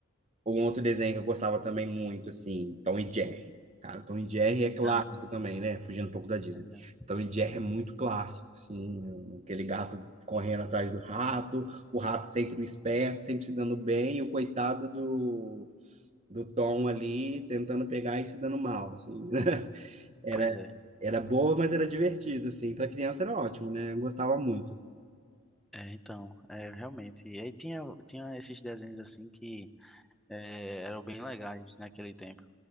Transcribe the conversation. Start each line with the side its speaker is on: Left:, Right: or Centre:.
Right: um outro desenho que eu gostava também muito, assim, Tom e Jerry. Cara, Tom e Jerry é clássico
Centre: Não,
Right: também, né? Fugindo um pouco da Disney.
Centre: é, não.
Right: Tom e Jerry é muito clássico, assim, né? aquele gato correndo atrás do rato, o rato sempre o esperto, sempre se dando bem, e o coitado do, do Tom ali tentando pegar e se dando mal, assim. <laughs> Era,
Centre: Pois é.
Right: era boa, mas era divertido, assim. Pra criança era ótimo, né? Eu gostava muito.
Centre: É, então, é, realmente. E aí tinha, tinha esses desenhos assim que é, eram bem legais naquele tempo.